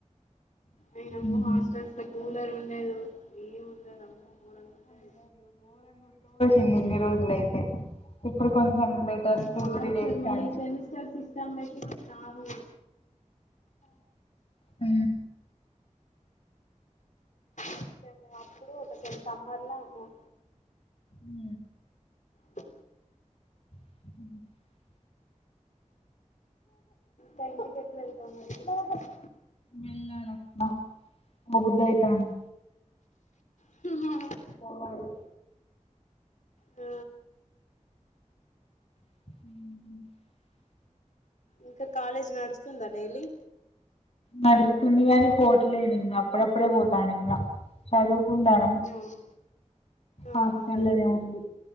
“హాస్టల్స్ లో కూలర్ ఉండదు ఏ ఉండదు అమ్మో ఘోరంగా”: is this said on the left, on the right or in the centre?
Left